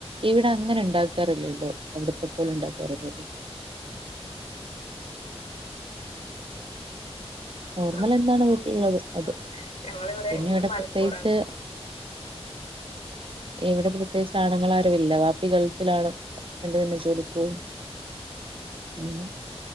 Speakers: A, on the right; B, on the left.
A: ഇവിടെ അങ്ങനെ ഉണ്ടാക്കാറില്ലല്ലോ അവിടത്തെ പോലെ ഉണ്ടാക്കാറില്ലല്ലോ. നോർമലെന്താണ്
B: ആഹ്
A: വീട്ടിലുള്ളത് അത്
B: ആഹ് ഞങ്ങളിവിടെ
A: പിന്നെ
B: ഞങ്ങള്
A: ഇവിടെ
B: മലപ്പുറാണ്
A: പ്രത്യേകിച്ച്. എവിടെ പ്രത്യേകിച്ച് ആണ്ങ്ങളാരുവില്ല വാപ്പി ഗൾഫിലാണ്. ന്റ് പിന്നെ ജോലിക്കോവും ഉം.